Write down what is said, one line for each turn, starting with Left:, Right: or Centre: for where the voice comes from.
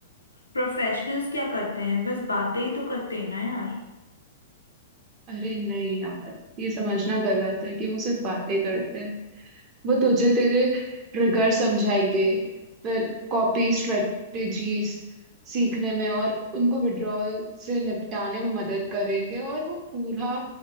Left: प्रोफेशनल्स क्या करते हैं बस बातें ही तो करते हैं ना यार
Right: अरे नहीं यार ये समझना गलत है कि वो सिर्फ बातें करते हैं वो तुझे तेरे ट्रिगर समझाएंगे फिर कॉपी स्ट्रेटेजीज सीखने में और उनको विड्रॉल से निपटाने में मदद करेंगे और वो पूरा